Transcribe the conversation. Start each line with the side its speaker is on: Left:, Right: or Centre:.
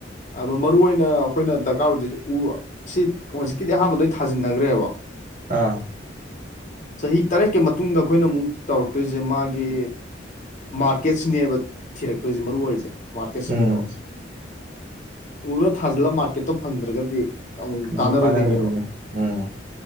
Left: ꯑꯗꯣ ꯃꯔꯨ ꯑꯣꯏꯅ ꯑꯈꯣꯏꯅ ꯗꯔꯀꯥꯔ ꯑꯣꯏꯗꯣꯏꯖꯤ ꯎ ꯁꯤꯠ ꯍꯧꯖꯤꯛꯀꯤꯗꯤ ꯑꯍꯥꯟꯕ ꯂꯣꯏ ꯊꯥꯖꯤꯟꯅꯒꯔꯦꯕ
Right: ꯑꯥ
Left: ꯆꯍꯤ ꯇꯔꯦꯠꯀꯤ ꯃꯇꯨꯡꯗ ꯑꯈꯣꯏꯅ ꯑꯃꯨꯛ ꯇꯧꯔꯛꯇꯣꯏꯖꯦ ꯃꯥꯒꯤ ꯃꯥꯔꯀꯦꯠ ꯁꯤꯅꯦꯕ ꯊꯤꯔꯛꯇꯣꯏꯖꯦ ꯃꯔꯨ ꯑꯣꯏꯔꯤꯖꯦ ꯃꯥꯔꯀꯦꯠ ꯁꯤꯅꯦꯕ
Right: ꯎꯝ
Left: ꯎꯗꯣ ꯊꯥꯖꯤꯜꯂ ꯃꯥꯔꯀꯦꯠꯇꯣ ꯐꯪꯗ꯭ꯔꯒꯗꯤ ꯑꯃꯨꯛ
Right: ꯑꯗꯨꯁꯨ
Left: ꯀꯥꯟꯅꯔꯣꯏꯗꯣꯏꯅꯦꯕ
Right: ꯀꯥꯟꯅꯔꯣꯏꯗꯣꯏꯅꯦ ꯎꯝ